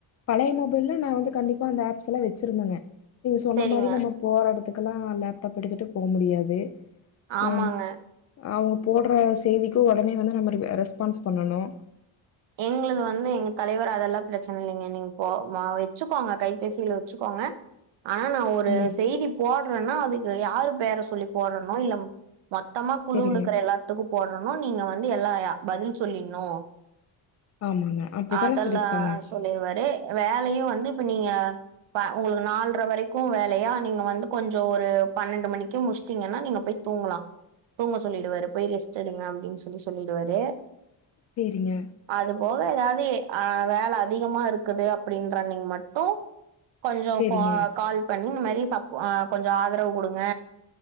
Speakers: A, on the left; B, on the right.
A: பழைய மொபைல்ல நா வந்து கண்டிப்பா அந்த ஆப்ஸ் எல்லா வச்சிருந்தங்க இது சொன்ன
B: சேரிங்க,
A: மாரி நம்ம போராடு இத்துக்கெல்லாம் லேப்டாப் எடுத்துட்டு போக முடியாது
B: ஆமாங்க.
A: ஆஹ் ஆ போடுற செய்திக்கும் உடனே வந்து நம்ம ரெஸ்பான்ஸ் பண்ணணும்
B: எங்கது வந்து எங்க தலைவர் அதெல்லாம் பிரச்சனை இல்லைங்க நீங்க போ வச்சுக்கோங்க கைபேசியில வச்சுக்கோங்க ஆனா நான் ஒரு
A: ஆமாங்க.
B: செய்தி போடுறேன்னா அதுக்கு யாரு வேற சொல்லி போடணும் இல்ல மொத்தமா குழுவலக்கற
A: சரிங்க.
B: எல்லாத்துக்கும் போடுறணும் நீங்க வந்து வந்து எல்லா பதில் சொல்லனும்
A: ஆமாங்க. அப்படித்தானே
B: அதெல்லாம்
A: சொல்லியிருக்காங்க.
B: சொல்லிருவாரு வேலையும் வந்து இப்ப நீங்க உங்களுக்கு நாலற வரைக்கும் வேலையா நீங்க வந்து கொஞ்சம் ஒரு பன்னெண்டு மணிக்கே முச்சிட்டீங்கன்னா நீங்க போய் தூங்கலாம் தூங்க சொல்லிடுவாரு போய் ரெஸ்ட் எடுங்க அப்படின்னு சொல்லி சொல்லிடுவாரு
A: சரிங்க,
B: அது போக ஏதாவது அஹ் வேலை அதிகமா இருக்குது அப்படின்ற நீங்க மட்டும் கொஞ்சம்
A: சரிங்க
B: கால் பண்ணி இந்த மாதிரி சப் கொஞ்சம் ஆதரவு கொடுங்க